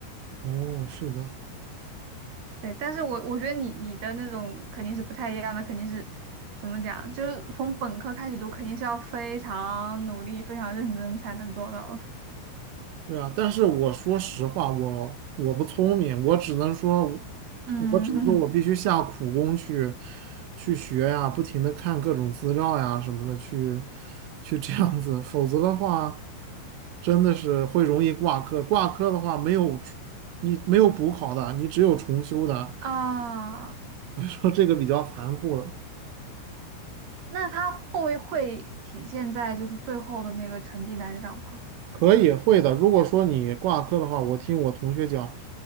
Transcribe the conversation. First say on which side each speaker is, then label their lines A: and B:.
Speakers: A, on the right (about 75°); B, on the right (about 50°).
A: 哦，是的。
B: 对，但是我我觉得你你的那种肯定是不太一样的，肯定是怎么讲，就是从本科开始读，肯定是要非常努力、非常认真才能做到的。
A: 对啊，但是我说实话，我我不聪明，我只能说，
B: 嗯
A: 我只能说我必须下苦功去去学呀，不停的看各种资料呀什么的，去去这样子，否则的话，真的是会容易挂科。挂科的话，没有重你没有补考的，你只有重修的，
B: <laughs> 啊，
A: <laughs> 说这个比较残酷了。
B: 那他会不会会体现在就是最后的那个成绩单上吗？
A: 可以会的，如果说你挂科的话，我听我同学讲，